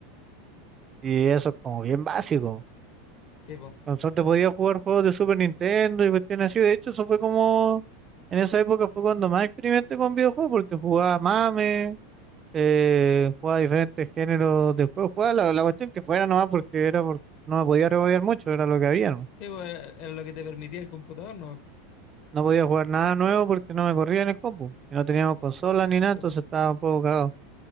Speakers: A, on the right; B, on the left.
A: Y eso es como bien básico.
B: sí, po.
A: Con suerte podía jugar juegos de Super Nintendo y cuestiones así. De hecho, eso fue como, en esa época fue cuando más experimenté con videojuegos porque jugaba MAME, eh, jugaba diferentes géneros de juego, jugaba la, la cuestión que fuera nomás porque era por- no me podía rebodear mucho, era lo que había nomás.
B: Sí, po, era, era lo que te permitía el computador, ¿no?
A: No podía jugar nada nuevo porque no me corría en el compu y no teníamos consolas ni nada, entonces
B: Sí, po.
A: estaba un poco cagado.